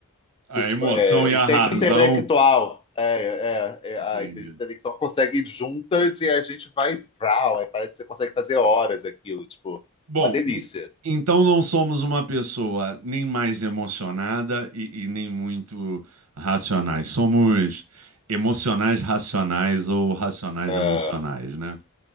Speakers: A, on the right; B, on the left.
A: a
B: psico-
A: emoção
B: é,
A: e a razão,
B: intelectual. É, é, é,
A: entende?
B: a inteligência intelectual consegue ir juntas e a gente vai. Vrau, aí parece que você consegue fazer horas aquilo. Tipo,
A: Bom,
B: é uma delícia.
A: e- então não somos uma pessoa nem mais emocionada e, e nem muito racionais. Somos emocionais racionais ou racionais
B: É,
A: emocionais, né?